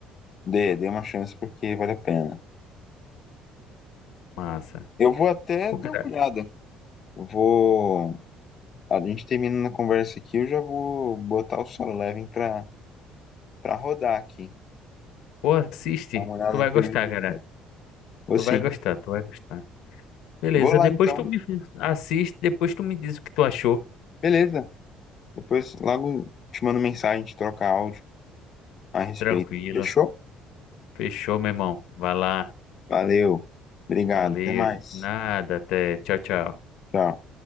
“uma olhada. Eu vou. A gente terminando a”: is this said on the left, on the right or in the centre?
Left